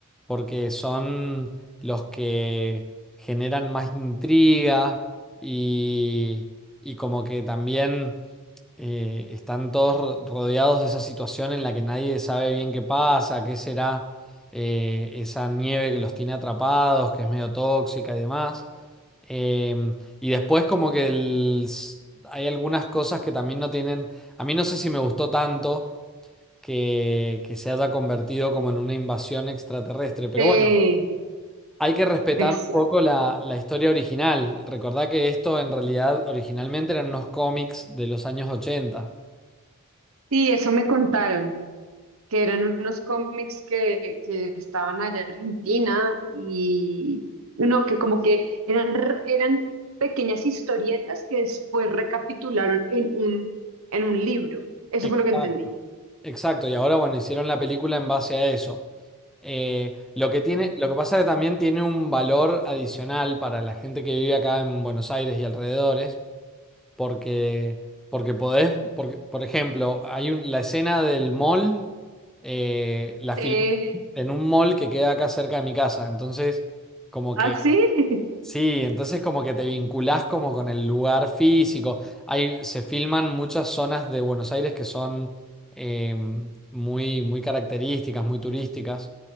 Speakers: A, in the centre; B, on the right (about 65°).
A: porque son los que generan más intriga y, y como que también eh, están todos ro- rodeados de esa situación en la que nadie sabe bien qué pasa, qué será eh, esa nieve que los tiene atrapados, que es medio tóxica y demás. Em, y después como que el s- hay algunas cosas que también no tienen, a mí no sé si me gustó tanto que, que se haya convertido como en una invasión extraterrestre, pero
B: Sí,
A: bueno, hay que respetar
B: exacto.
A: un poco la, la historia original. Recordá que esto en realidad originalmente eran unos cómics de los años ochenta
B: Sí, eso me contaron. que eran unos cómics que, que estaban allá en Argentina y no, que como que eran, r- eran pequeñas historietas que después recapitularon en un, en un libro. Eso
A: Exacto.
B: fue lo que entendí.
A: Exacto, y ahora bueno, hicieron la película en base a eso. Eh, lo que tiene,
B: Ya.
A: lo que pasa es que también tiene un valor adicional para la gente que vive acá en Buenos Aires y alrededores, porque, porque podés, porque, por ejemplo, hay un- la escena del mall, eh, la
B: Sí.
A: filmé en un mall que queda acá cerca de mi casa, entonces como
B: ¿Ah,
A: que
B: sí? <laughs>
A: Sí, entonces como que te vinculás como con el lugar físico. Hay, se filman muchas zonas de Buenos Aires que son eh, muy, muy características, muy turísticas.